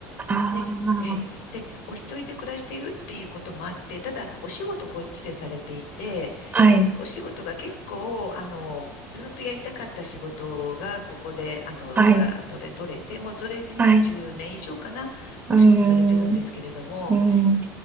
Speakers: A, on the right (about 25°); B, on the left (about 85°).
A: あ
B: で、ええ、で、お一人で暮らしているっていうこともあって、ただ、お仕事こっちでされていて、
A: あ、はい、
B: で、お仕事が結構、あの、ずっとやりたかった仕事が、ここで、あの、
A: はい、
B: もら、取れ、取れて、もうそれで20年以上かな、
A: はい。うーん、
B: お仕事されてるんですけれども、
A: うん。